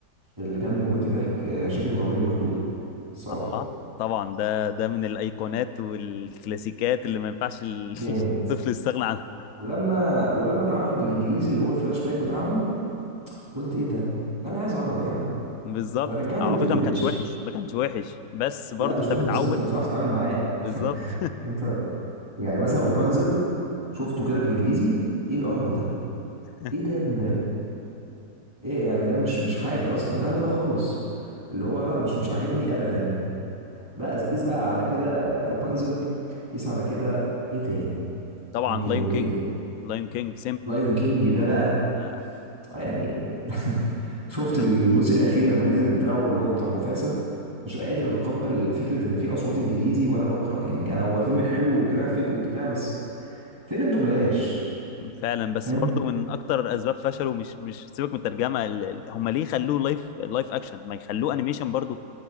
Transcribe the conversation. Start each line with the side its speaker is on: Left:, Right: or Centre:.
Right: اللي كان بيموتني ضحك آه، شركه المرعبين المحدوده الصراحه
Left: آه طبعا ده ده من الأيقونات والكلاسيكات اللي ما ينفعش ال-
Right: جامد
Left: <laughs> الطفل يستغنى عنها
Right: ولما ولما اتعمل بالانجليزي اللي هو الفلاش باك بتاعهم قلت ايه ده لا انا عايز عربي يا عم
Left: بالظبط
Right: لا رجعني
Left: على
Right: لدوبلاش
Left: فكرة ما كانش وحش ما كانش وحش بس برضو
Right: لا مش
Left: أنت
Right: وحش
Left: متعود
Right: بس انت مش عارف تتعامل معاه
Left: بالظبط
Right: <laughs> انت يعني مثلا روبانزل شفته كده بالانجليزي ايه القرف ده
Left: <laughs>
Right: ايه ده يا ابني ده يا ابني؟ ايه يعني ده مش مش حاجه اصلا لا لا لا خالص اللي هو لا مش مش عاجبني ابدا بقى قيس بقى على كده روبانزل قيس على كده ايه تاني
Left: طبعا
Right: ممكن
Left: لاين
Right: نقول
Left: كينج
Right: ايه تاني
Left: لاين كينج
Right: لايون كينج ده بقى
Left: سيمبا
Right: يعني <laughs> شفت
Left: جدا
Right: الجزء الاخير لما نزل بتاعه اللي هو بتاع مفاسا مش قادر اتقبل فكره ان في اصوات انجليزي وانا بقرا يعني انا هو الفيلم حلو وجرافيك وبتاع بس فين الدوبلاج
Left: فعلا بس
Right: فاهم
Left: برضو من اكتر اسباب فشله مش مش سيبك من الترجمه ال- ال- هم ليه خلوه لايف لايف اكشن ما يخلوه انيميشن برضو